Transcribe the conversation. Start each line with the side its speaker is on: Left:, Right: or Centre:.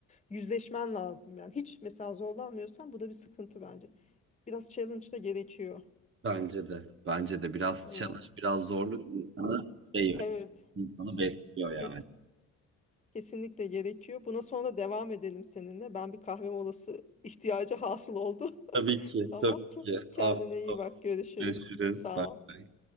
Left: yüzleşmen lazım yani. Hiç mesela zorlanmıyorsan bu da bir sıkıntı bence. Biraz challenge da gerekiyor.
Right: Bence de. Bence de biraz
Left: Evet.
Right: challenge, biraz zorluk insanı şey,
Left: Evet.
Right: insanı besliyor yani.
Left: Kes, kesinlikle gerekiyor. Buna sonra devam edelim seninle. Ben bir kahve molası ihtiyacı hasıl oldu.
Right: Tabii
Left: <laughs>
Right: ki,
Left: Tamam
Right: tabii
Left: ki.
Right: ki.
Left: Kendine
Right: Afiyet
Left: iyi
Right: olsun.
Left: bak. Görüşürüz.
Right: Görüşürüz.
Left: Sağ
Right: Bye.
Left: ol.